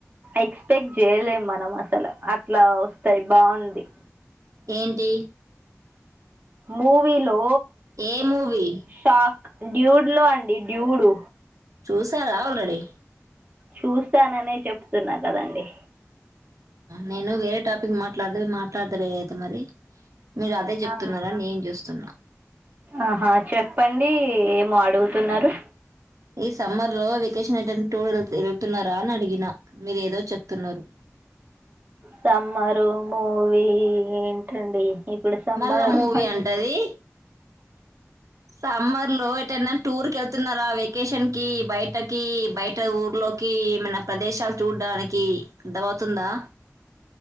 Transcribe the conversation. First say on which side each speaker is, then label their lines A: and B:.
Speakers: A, on the right; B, on the right.
A: ఎక్స్పెక్ట్ చేయలేము మనం అసలు అట్లా వస్తాయి బాగుంది
B: ఏంటి
A: మూవీ లో
B: ఏ మూవీ
A: షా డ్యూడ్ లో అండి డ్యూడు
B: చూసారా ఆల్రెడీ
A: చూస్తాననే చెప్తున్నాకదండీ
B: నేను వేరే టాపిక్ మాట్లాడదు మాట్లాడదలే అయితే మరి మీరు అదే చెప్తున్నారా
A: ఆ
B: నేం చూస్తున్నా
A: ఆహా చెప్పండి ఏమో అడుగుతున్నారు
B: ఈ సమ్మర్ లో వెకేషన్ అటె టూర్ వెళ్తున్నారా అని అడిగినా మీరేదో చెప్తున్నారు
A: సమ్మరు మూవీ ఏంటండి ఇప్పుడు సమ్మర్లు
B: మళ్ళా మూవీ అంటది సమ్మర్ లో ఎ టూర్కి వెళ్తున్నారా వెకేషన్ కి బయటకి బయట ఊర్లోకి ఏమన్న ప్రదేశాలు చూడడానికి అర్థమవుతుందా